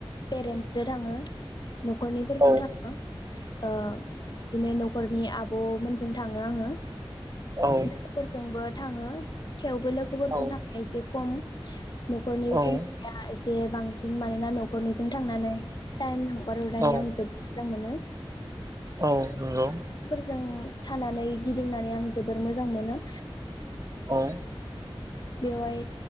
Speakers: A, on the left; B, on the right.
A: पेरेन्टसजों थाङो न'खरनिफोरजों
B: औ
A: थाङो ओ बिनि न'खरनि आब' मोनजों जों थाङो आङो।
B: औ
A: लोगोफोरजोंबो थाङो थेवबो लोगोफोरजों
B: औ
A: थांनाय एसे खम न'खरनि
B: औ
A: सोंबा एसे जे बांसिन मानोना न'खर न'खरनिजों थांनानै टाइम हगार हरनानै
B: औ
A: आं जोबोद मोजां मोनो। <inaudible>
B: औ नंगौ।
A: जों थानानै गिदिंनानै आं जोबोर मोजां मोनो।
B: औ
A: बेवहाय